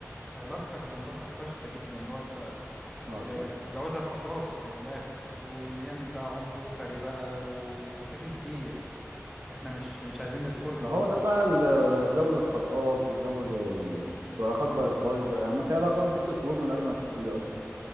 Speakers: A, in the centre; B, on the right.
A: علاقتك بمراتك فاشلة جدا اللي هو انت ج-
B: ما هو شيء
A: جوازها ف- باظت من الاخر ويعمل بقى عنف اسري بقى ومشاكل كتير احنا مش مش عايزين ندخلها
B: ما هو
A: اصلا
B: ده بقى ال- زود الطلقات وزود ال... والعلاقات بقت بايظه يعني ما في علاقات ممكن تبوظ من قبل ما تبتدي اصلا